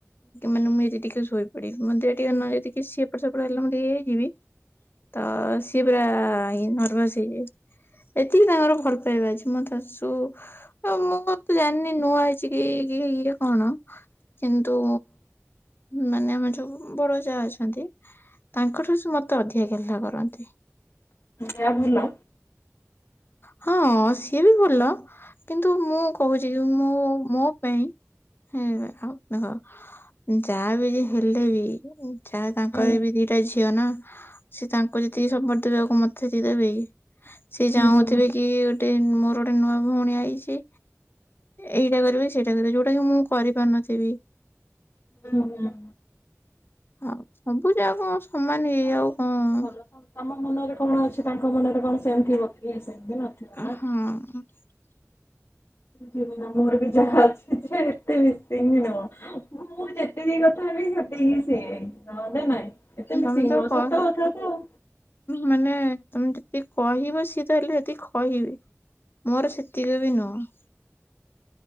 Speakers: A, on the left; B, on the left.
A: ମାନେ ମୁ ଟିକେ ଶୋଇପଡିବି ମୋତେ ଟିକେ ନ ଯଦି ସେଏପଟ ସେପଟ ହେଲା ମୁଁ ଟିକେ ହେଇଯିବି। ତ ସିଏ ପରା ନର୍ଭସ ହେଇଯାଇ ଏତିକି ତାଙ୍କର ଭଲ ପାଇବା ଅଛି ମଁ ଶାଶୁ ମୁଁ ତ ଜାଣିନି ନୂଆ ହେଇଛି କି ଇଏ ଇଏ କଣ କିନ୍ତୁ ମାନେ ଆମ ଯୋଉ ବଡ ଯାହା ଅଛନ୍ତି ତାଙ୍କଠାରୁ ମତେ ଅଧିକା ଗେଲ କରନ୍ତି।
B: ଯାଆ ଭଲ?
A: ହଁ ସିଏ ବି ଭଲ କିନ୍ତୁ ମୁଁ କହୁଛି କି ମୁଁ ମୋ ପାଇଁ। ହଁ ଆଉ ଦେଖ ଯାଆ ବି ଯ ହେଲେ ବି ଯାଆ ତାଙ୍କର
B: ହୁଁ
A: ବି ଦୁଇଟା ଝିଅ ଝିଅ ନା ସିଏ ତାଙ୍କୁ ଯେତିକି ସପୋର୍ଟ ଦେବେ ଆଉ କଣ ମତେ ସେତିକି ଦେବେ କି। ସିଏ
B: ହୁଁ
A: ଚାହୁଁଥିବେ
B: ହୁଁ
A: କି ଗୋଟେ ମୋର ଗୋଟେ ନୂଆ ଭଉଣୀ ଆଇଛି। ଏଇଟା କରିବେ ସେଇଟା କରିବ ଯୋଉଟା କି ମୁଁ କରିପାରୁନଥିବି।
B: ହୁଁ ହୁଁ ହ।
A: ଆଉ ସବୁ ଯା କଣ ସମାନ
B: ଚଳିଲେ
A: ହେଇଯଉ
B: ସମସ୍ତେ
A: କଣ
B: ଭଲ ତମ ମନରେ କଣ ଅଛି ତାଙ୍କ ମନରେ କଣ ସେମ ଥିବ କି। ସେମିତି ନଥିବ
A: ହଁ।
B: ନା। ଯିବୁ ନା ମୋର ବି ଯା ଅଛି ସେ ଏତେ ବି ମିସିଙ୍ଗି ନୁହଁ ମୁଁ ଯେତିକି କଥା ସି ନାଇଁ ଏତେ
A: ତମେ
B: ମିଶିକି ନୁହଁ
A: ତ
B: ସତ କଥା ତ ଆଉ।
A: ମାନେ ତମେ ଯେ କହିବ ସିଏ ତାହେଲେ ସେତିକି କହିବେ ମୋର ସେତିକି ବି ନୁହଁ।